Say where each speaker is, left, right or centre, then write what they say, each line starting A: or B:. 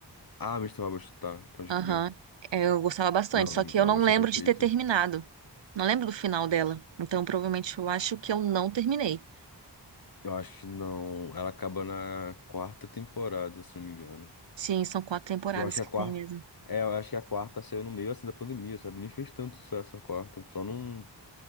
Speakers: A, on the left (about 55°); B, on the right (about 80°).
A: Ah, Mister Robot, tá, pode
B: Aham.
A: crer.
B: É, Eu gostava bastante,
A: Não,
B: só
A: Mister
B: que eu
A: Robot
B: não lembro
A: é perfeito.
B: de ter terminado. Não lembro do final dela. Então, provavelmente, eu acho que eu não terminei.
A: Eu acho que não. Ela acaba na quarta temporada, se não me engano.
B: Sim, são quatro temporadas
A: Que eu acho que
B: que
A: é a quarta.
B: tem mesmo.
A: É, eu acho que é a quarta saiu no meio assim da pandemia, sabe? Nem fez tanto sucesso a quarta. Só num,